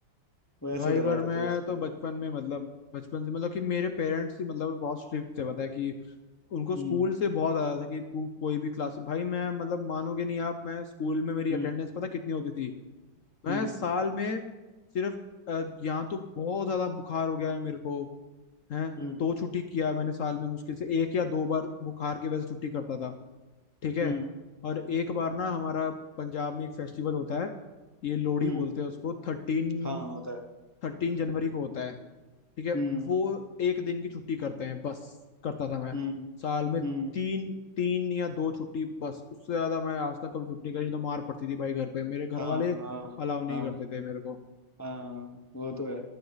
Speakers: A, on the left (about 25°); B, on the left (about 65°).
A: वो ऐसे
B: भाई
A: डराते
B: पर मैं
A: थे उसको
B: तो बचपन में मतलब बचपन से मतलब कि मेरे पेरेंट्स ही मतलब बहुत स्ट्रिक्ट थे पता है कि उनको
A: हम्म
B: स्कूल से बहुत आया था कि तू कोई भी क्लास भाई मैं मतलब मानोगे नहीं आप मैं स्कूल में मेरी
A: हम्म
B: अटेंडेंस पता कितनी होती थी मैं
A: हम्म
B: साल में सिर्फ अ, यहाँ तो बहुत ज्यादा बुखार हो गया है मेरे को है
A: हम्म
B: दो छुट्टी किया मैंने साल में मुश्किल से एक या दो बार बुखार की वजह से छुट्टी करता था ठीक है
A: हम्म
B: और एक बार ना हमारा पंजाब में एक फेस्टिवल होता है ये लोहड़ी
A: हम्म
B: बोलते हैं उसको थर्टीन
A: हाँ होता है
B: थर्टीन जनवरी को होता है ठीक है
A: हम्म
B: वो एक दिन की छुट्टी करते हैं बस करता था मैं
A: हम्म
B: साल में
A: हम्म
B: तीन तीन या दो छुट्टी बस उससे ज्यादा मैं आज तक कभी छुट्टी करी नहीं, तो मार पड़ती थी भाई घर पे मेरे घर
A: हाँ
B: वाले
A: हाँ
B: अलाउ नहीं
A: हाँ
B: करते थे मेरे को
A: हाँ वो तो है